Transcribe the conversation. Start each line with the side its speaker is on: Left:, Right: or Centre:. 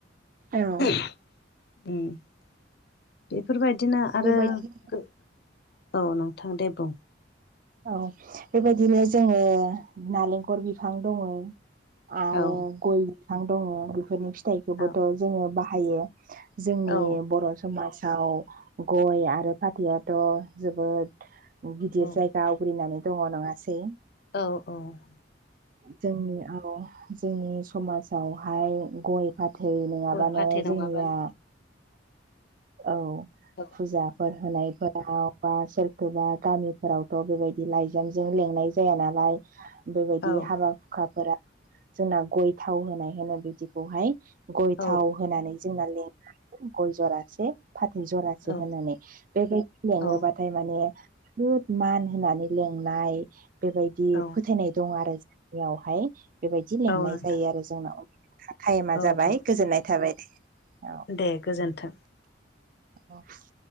Right: औ
Left: <inaudible> उम <inaudible> बेफोरबायदिनो आरो
Right: बेबायदि
Left: गो- <inaudible> औ नोंथां दे बुं
Right: औ बेबायदिनो जोङो नालेंखर बिफां दङो आं आरो
Left: औ
Right: गय बिफां दङ बेफोरनि फिथाइखौबोथ'
Left: औ
Right: जोङो बाहायो जोंनि
Left: औ
Right: बर' समाजाव गय आरो फाथैआथ' जोबोद गिदिर
Left: औ
Right: जाय गा आवग्रिनानै दङ नङासै?
Left: औ औ
Right: जोंनियाव जोंनि समाजावहाय गय फा थै नङाबानो
Left: गय फाथै नङाबानो
Right: जोंनिया औ
Left: औ
Right: फुजाफोर होनायफोराव बा सोरखौबा गामिफोराव थ' बेबायदि लाइजामजों लेंनाय जाया नालाय बेबायदि
Left: औ
Right: हाबा हुखाफोरा जोंना गय थाव होनाय होनो बिदिखौहाय गय
Left: औ
Right: थाव होनानै जोंना लें गय जरासे फाथै जरासे
Left: औ
Right: होननानै बेबायदि लेङोबा
Left: औ
Right: थाय माने <unintelligible> मान होनानै लेंनाय बेबायदि
Left: औ
Right: फोथायनाय दं आरो जोंनियावहाय बेबायदि लेंनाय
Left: औ नोंथां
Right: जायो आरो जोंनाव। टा-टाइमा जाबाय
Left: औ औ
Right: गोजोननाय थाबाय दे औ।
Left: दे गोजोन्थों
Right: अ